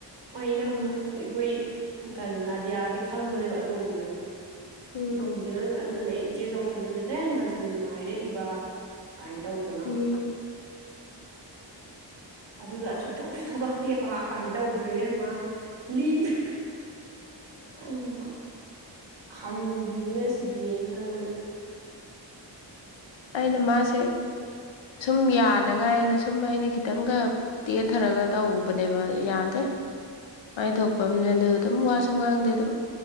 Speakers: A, on the right (about 70°); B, on the left (about 85°).
A: ꯑꯩꯅ
B: ꯎꯝ
A: ꯑꯩꯈꯣꯏ ꯎ ꯀꯔꯤ ꯅꯥꯗꯤꯌꯥꯗꯤ ꯈꯪꯕꯅꯦꯕ ꯑꯇꯣꯝꯕꯤꯗꯨꯣ
B: ꯎꯝ
A: ꯇꯣꯝꯕꯗꯅ ꯑꯗꯨ ꯃꯅꯦ ꯏꯆꯦꯖꯥꯎ ꯁꯃꯅꯅꯦ ꯅꯁꯃꯤꯟꯅ ꯍꯥꯏꯔꯛꯏꯕ ꯀꯥꯏ ꯇꯧꯗꯅ
B: ꯎꯝ
A: ꯎ ꯑꯗꯨꯒ ꯑꯁꯨꯛꯆꯣꯛꯁꯨ ꯊꯣꯛꯂꯛꯇꯦꯕꯍꯥꯛ ꯀꯃꯥꯏꯅ ꯇꯧꯗꯣ ꯃ ꯂꯤꯅ ꯑꯩꯅ ꯈꯥꯅꯨꯕꯤꯅꯤꯅ ꯁꯤꯗꯤ ꯌꯦꯅ ꯈꯜꯂ
B: ꯑꯩꯅ ꯃꯥꯁꯦ ꯁꯨꯝ ꯌꯥꯗꯉꯥꯏꯅ ꯁꯨꯝ ꯑꯩꯅ ꯈꯤꯇꯪꯒ ꯇꯦꯊꯔꯒ ꯇꯧꯕꯅꯦꯕ ꯌꯥꯗꯦ ꯃꯥꯏ ꯊꯣꯛꯄ ꯑꯃꯅꯦ ꯑꯗꯨ ꯑꯗꯨꯝ ꯋꯥꯁꯨ ꯉꯥꯡꯗꯦ ꯑꯗꯨꯝ